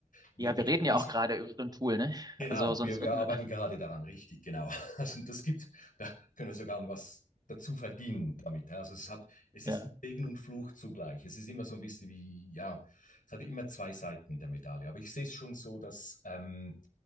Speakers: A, on the left; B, on the right.
A: Wir
B: Ja,
A: begeben
B: wir reden ja
A: uns
B: auch gerade über so ein Tool, ne?
A: Genau,
B: Also sonst
A: wir, wir
B: würden.
A: arbeiten gerade daran, richtig, genau. <laughs> Also das gibt, da können wir sogar was dazu verdienen damit. ja. Also es hat, es
B: Ja.
A: ist
B: <laughs>
A: Segen und Fluch zugleich. Es ist immer so ein bisschen wie, ja, es hat immer zwei Seiten der Medaille. Aber ich sehe es schon so, dass ähm,